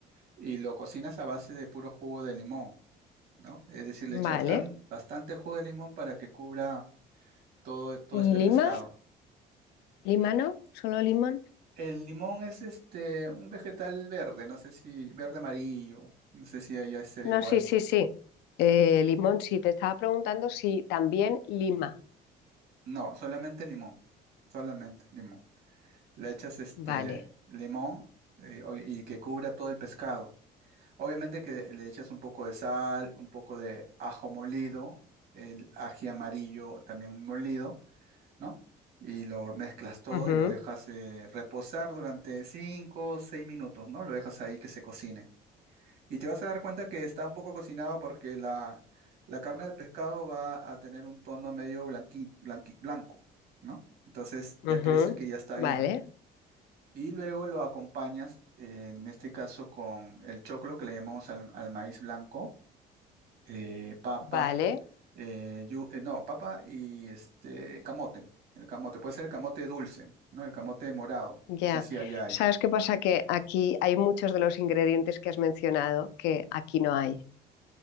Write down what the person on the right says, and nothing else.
y lo cocinas a base de puro jugo de limón, ¿no? Es decir, le echas
bastante, bastante jugo de limón para que cubra todo, todo
este
pescado.
El limón es este un vegetal verde, no sé si verde amarillo, no sé si allá será
igual.
No, solamente limón, solamente limón. Le echas este
limón eh, o- y que cubra todo el pescado. Obviamente que le echas un poco de sal, un poco de ajo molido, el ají amarillo también molido, ¿no? Y lo mezclas todo
y lo dejas eh, reposar durante 5, o 6 minutos, ¿no? Lo dejas ahí que se cocine. Y te vas a dar cuenta que está un poco cocinado porque la, la carne del pescado va a tener un tono medio blanqui, blanqui- blanco, ¿no? Entonces ya
quiere decir que ya está
bien. Y luego lo acompañas, eh, en este caso, con el choclo que le llamamos al, al maíz blanco, eh, papa,
eh, yu- eh, no, papa y este camote. El camote puede ser el camote dulce, ¿no? El camote morado.
No sé si allá hay.